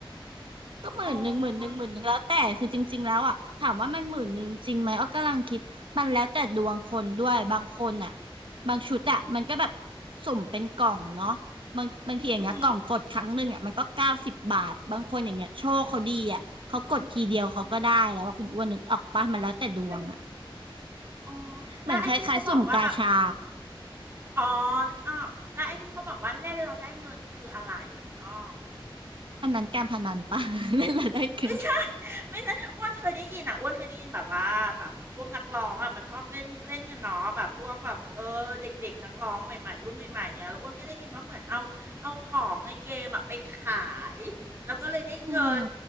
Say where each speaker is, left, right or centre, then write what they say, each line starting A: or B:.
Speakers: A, on the right; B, on the right.
A: ก็หมื่นหนึ่งหมื่นหนึ่งหมื่นหนึ่งแล้วแต่คือจริงๆแล้วอ่ะถามว่ามันหมื่นหนึ่งจริงไหมอ้อกำลังคิดมันแล้วแต่ดวงคนด้วยบางคนอ่ะ
B: อ๋อ
A: บางชุดอ่ะมันก็แบบสุ่มเป็นกล่องเนาะบางบางทีอย่างเงี้ยกล่องกดครั้งหนึ่งอ่ะมันก็เก้าสิบบาทบางคนอย่างเงี้ยโชคเขาดีอ่ะเขากดทีเดียวเขาก็ได้แล้วว่าคุณอ้วนนึกออกปะมันแล้วแต่ดวงอ่ะ
B: อืมเป็น อ๋อ
A: เหมือนคล้ายๆสุ่มกาชา
B: แล้วไอ้ที่เขาบอกว่าแบบอ๋อนึกออกแล้วไอ้ที่เขาบอกว่าเล่นเราได้เงินคืออะไรคุณอ้อ
A: อันนั้นการพนันปะ <laughs> เล่ <laughs> นแล้วได้เงิน
B: ไม่ใช่ <laughs> ไม่ใช่อ้วนเคยได้ยินอ่ะอ้วนเคยได้ยินแบบว่าแบบพวกนักร้องอ่ะมันชอบเล่นเล่นกันเนาะแบบพวกแบบเออเด็กๆนักร้องใหม่ๆรุ่นใหม่ๆเงี้ยแล้วอ้วนก็ได้ยินว่าเหมือนเอาเอาของในเกมอ่ะไปขายแล้วก็เลยได้เงิน
A: อืม